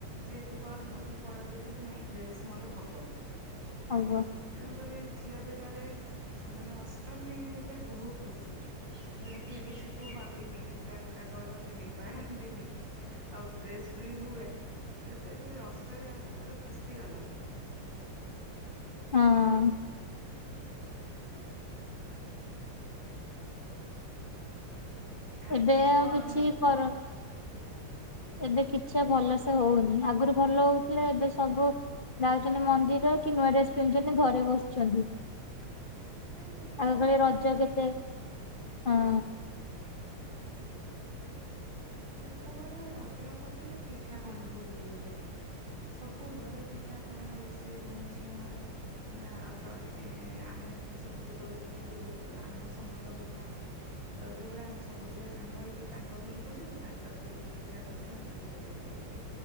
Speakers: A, on the right; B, on the left.
A: ଯେହେତୁ ଘରର ମୁଁ ବଡ ଝିଅ ଥିଲି ଡ୍ରେସ ମୋର ହବ।
B: ହବ।
A: ତେଣୁକରି ଝିଅ ଦିଟାରେ ମାନେ ଅଷ୍ଟମୀ ହେଲେ ବହୁତ୍ ଖୁସି। ସେଦିନ କେହି କିଛି କୁହନ୍ତିନି ଡାଲକା କରନ୍ତିନି ବାଡାନ୍ତିନି। ଆଉ ଡ୍ରେସ ବି ହୁଏ। ସେତେରେ ଅଷ୍ଟମୀ ଆସିଲେ ଗୋଟେ ଖୁସି ଅଲଗା।
B: ହଁଅଁ।
A: ଆଗକୁ
B: ଏବେ ଆଉ
A: କଣ
B: କିଛି
A: ମା
B: କର। ଏବେ କିଛି ଆଉ ଭଲସେ ହୋଉନି। ଆଗରୁ ଭଲ ହୋଉଥିଲା। ଏବେ ସବୁ ଯାଉଚନ୍ତି ମନ୍ଦିର କି ନୂଆ ଡ୍ରେସ ପିନ୍ଧୁଚନ୍ତି? ଘରେ ବସୁଛନ୍ତି।
A: ଏ ସେତେବେଳେ
B: ଆଗ କାଳେ
A: କଣ
B: ରଜ
A: ହୁଏ
B: କେତେ
A: ନା
B: ହଁ।
A: ସେତେବେଳେ ରଜ କହିଲେ ପିଠା ପଣାକୁ ବୁଝୋଉଥିଲା। ସବୁ ଘରେ ପିଠା ପଣା ରୋଷେଇ ମାନେ ଝିଅମାନେ ନା ଆ ଜଣେ ଆମେ ସବୁ ଯେତେବେଳେ ଥିଲୁ ଆମ ସମୟର କଥା ରଜ ବେଳେ ଆମେ ସବୁ ଝିଅ ସାଙ୍ଗ ହେଇକି ତାଙ୍କ ଘରୁ ଯିବୁ ତାଙ୍କର କେମିତି ପିଠା କରିଚନ୍ତି ଆମକୁ ଦେବେ ଖାଇବା ପେଇ।